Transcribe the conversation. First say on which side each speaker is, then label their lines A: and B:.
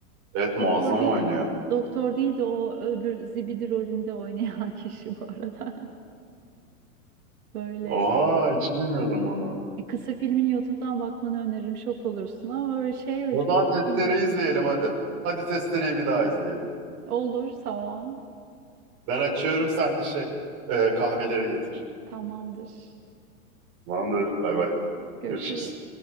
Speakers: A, on the right; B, on the right.
A: Evet muazzam
B: Doktor değil
A: oynuyor.
B: de doktor değil de o öbür zibidi rolünde oynayan <laughs> kişi bu arada. <laughs> Böyle
A: Oha hiç bilmiyordum onu.
B: E, kısa filmini YouTube'dan bakmanı öneririm. Şok olursun ama öyle şey öyle
A: O
B: çok
A: zaman testereyi
B: hiç bilmediğim
A: izleyelim
B: bir şey.
A: hadi. Hadi testereyi bir daha izleyelim.
B: Olur, tamam.
A: Ben açıyorum sen de şey e, kahveleri getir.
B: Tamamdır.
A: Tamamdır. Bay bay.
B: Görüşürüz.
A: Görüşürüz.